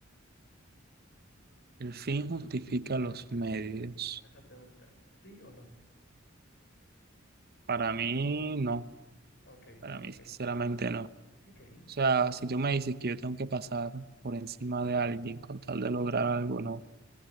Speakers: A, on the right; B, on the left.
A: El fin
B: ¿Qué tal
A: justifica los medios.
B: para esa pregunta? ¿Sí o no?
A: Para mí, no.
B: Ok,
A: Para
B: ok,
A: mí, sinceramente, no. O
B: ok.
A: sea, si tú me dices que yo tengo que pasar por encima de alguien con tal de lograr algo, no.